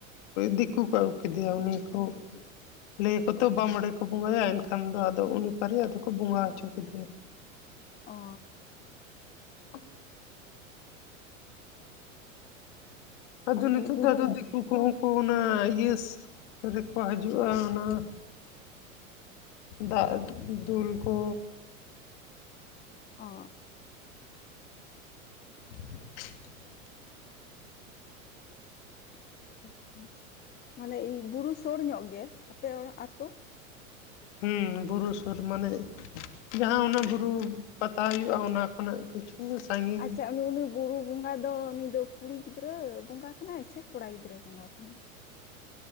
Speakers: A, on the left; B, on the left.
A: ᱫᱤᱠᱩ ᱠᱚ ᱟᱹᱜᱩ ᱠᱮᱫᱮᱭᱟ ᱩᱱᱤ᱾ ᱚ ᱞᱟᱹ ᱟᱠᱚ ᱛᱚ ᱵᱟᱢᱰᱮ ᱠᱚ ᱵᱚᱸᱜᱟᱭᱟ ᱮᱱᱠᱷᱟᱱ ᱫᱚ ᱟᱫᱚ ᱩᱱᱤ ᱯᱟᱨᱮ ᱟᱫᱚ ᱠᱚ ᱵᱚᱸᱜᱟ ᱦᱚᱪᱚ ᱠᱮᱫᱮᱭᱟ᱾
B: ᱚ
A: <inaudible> ᱟᱫᱚ
B: ᱚ
A: ᱱᱤᱛᱚᱜ
B: ᱵᱩᱨᱩ
A: ᱫᱚ ᱟᱫᱚ ᱫᱤᱠᱩ ᱠᱚ ᱠᱩ ᱚᱱᱟ ᱤᱭᱟᱹᱥ ᱨᱮᱠᱚ ᱦᱤᱡᱩᱜᱼᱟ ᱚᱱᱟ᱾ ᱫᱟᱜ ᱫᱩᱞ ᱠᱚ
B: ᱚ
A: <inaudible>
B: <inaudible> ᱟᱪᱪᱷᱟ ᱢᱟᱱᱮ ᱵᱩᱨᱩ ᱥᱳᱩᱨ ᱧᱚᱜ ᱜᱮᱭᱟ, ᱟᱯᱮ ᱚᱲᱟᱜ ᱟᱛᱳ?
A: ᱦᱮᱸ ᱵᱩᱨᱩ ᱥᱩᱨ ᱢᱟᱱᱮ ᱡᱟᱦᱟᱸ ᱚᱱᱟ
B: ᱦᱮᱸ
A: ᱵᱩᱨᱩ ᱯᱟᱛᱟ ᱦᱩᱭᱩᱜᱼᱟ ᱚᱱᱟ ᱠᱷᱚᱱᱟᱜ ᱠᱤᱪᱷᱩ ᱥᱟᱺᱜᱤᱧ
B: ᱟᱪᱪᱷᱟ ᱩᱱᱤ ᱩᱱᱤ ᱵᱩᱨᱩ ᱵᱚᱸᱜᱟ ᱫᱚ ᱩᱱᱤ ᱫᱚ ᱠᱩᱲᱤ ᱜᱤᱫᱽᱨᱟᱹ ᱵᱚᱸᱜᱟ ᱠᱟᱱᱟᱭ ᱥᱮ ᱠᱚᱲᱟ ᱜᱤᱫᱽᱨᱟᱹ ᱵᱚᱸᱜᱟ ᱠᱟᱱᱟᱭ᱾